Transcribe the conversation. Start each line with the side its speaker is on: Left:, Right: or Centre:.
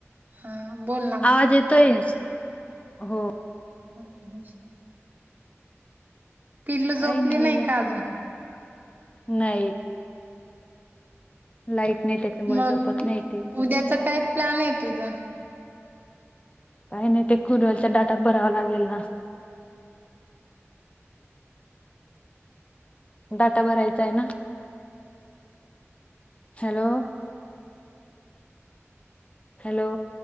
Right: हा बोल ना
Left: आवाज
Right: मग
Left: येतोय हो.
Right: अ् <inaudible> पिल्ल
Left: काही
Right: झोपली नाही
Left: असं.
Right: का अजून
Left: नाही लाईट नाही त्याच्यामुळे
Right: मग
Left: झोपत नाही ते
Right: उद्याचा काय प्लॅन आहे तुझं.
Left: काही नाही ते कुडलच्या डाटा भरावा लागेल ना. डाटा भरायचा आहे ना? Hello, hello.